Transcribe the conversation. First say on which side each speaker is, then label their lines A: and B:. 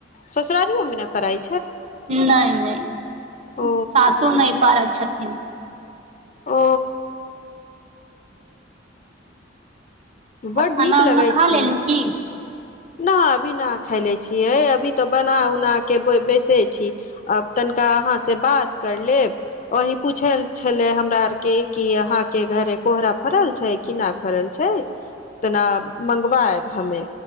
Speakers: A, on the left; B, on the right.
A: ससुरारियो मे ने पराई
B: नहि नहि
A: ओ
B: सासो नहि पारै छथिन
A: ओ बड्ड
B: आ खाना
A: नीक लगै
B: उना खा
A: छै
B: लेलहु की
A: न अभी न खायले छियै अभी तऽ बना उना के बैसे छी आ तनी हुका आहाँ से बात कर लेब वोहि पूछल छल हमरा आर के अहा के घर कोहरा फरल छै कि ना फरल छै तेना मंगवायब हमे